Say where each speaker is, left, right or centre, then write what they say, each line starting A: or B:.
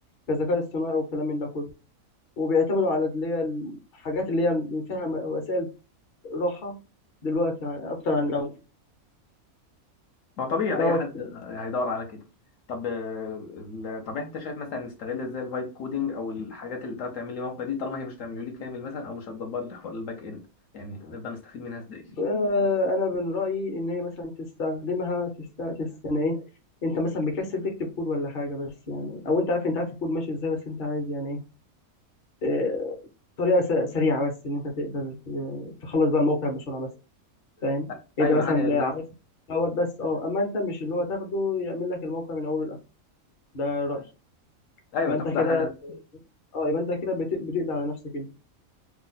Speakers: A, on the left (about 50°); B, on the left (about 70°).
A: كذكاء اصطناعي والكلام من ده كله وبيعتمدوا على اللي هي الحاجات اللي هي اللي فيها م- وسائل راحه دلوقتي يعني اكتر عن الاول
B: ما طبيعي
A: دوت
B: اي حد هيدور على كده طب آه، ال- طب انت شايف مثلا نستغل ازاي الفايب كودينج او الحاجات اللي تقدر تعمل لي موقع دي طالما هي مش تعمله لي كامل مثلا او مش هتدبر لي حوار الباك اند يعني نقدر نستفيد منها ازاي
A: آه، انا من رايي ان هي مثلا تستخدمها تست تست- يعني ايه انت مثلا مكسل تكتب كود ولا حاجه بس يعني او انت عارف انت عارف الكود ماشي ازاي بس انت عايز يعني ايه آه، طريقه س- سريعه بس ان انت تقدر آه، تخلص بقى الموقع بسرعه بس فاهم
B: لا
A: انت
B: ايوه
A: مثلا
B: حاجه يا دوبك
A: عارف دوت بس اه اما انت مش اللي هو تاخده يعمل لك الموقع من اوله لاخره ده رايي
B: ايوه
A: يبقى
B: تاخدها
A: انت كده
B: حاجه
A: اه يبقى انت كده بت- بتقضي على نفسك انت